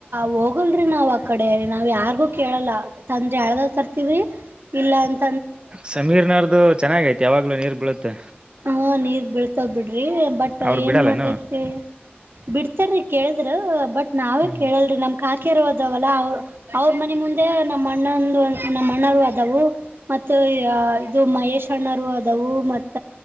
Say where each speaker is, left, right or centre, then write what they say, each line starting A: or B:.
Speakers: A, on the right (about 65°); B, on the right (about 25°).
A: ಹೋಗಲ್ರಿ ನಾವ್ ಆಕಡೆ ನಾವ್ ಯಾರ್ಗೂ ಕೇಳಲ್ಲ ತಂದ್ರೆ ಅಳ್ದ ತರ್ತಿವ್ರಿ ಇಲ್ಲ ಅಂತ
B: ಸಮೀರ್ನಾರ್ದು ಚೆನ್ನಾಗೈತಿ ಯಾವಾಗ್ಲೂ ನೀರ್ ಬೀಳುತ್ತೆ
A: ಹಾ ನೀರ್ ಬೀಳ್ತಾ ಬಿಟ್ಟ ರೀ ಬಟ್
B: ಅವ್ರು
A: ಏನ್
B: ಬಿಡಲ್ಲನು
A: ಮಾಡ್ಬೇಕೀ ಬಿಡ್ತಾರಿ ಕೇಳಿದ್ರ ಬಟ್ ನಾವೇ
B: ಹ್ಮ್
A: ಕೇಳಲ್ರಿ ನಮ್ ಕಾ ಅಕ್ಕರು ಅದಾವಲ್ಲ ಅವರು ಅವ್ರ ಮನೆ ಮುಂದೆ ನಮ್ಮ ಅಣ್ಣಂದು ನಮ್ಮ ಅಣ್ಣರು ಅದವು ಮತ್ತು ಇದು ಮಹೇಶ್ ಅಣ್ಣರು ಅದವು ಮತ್ತು ಮ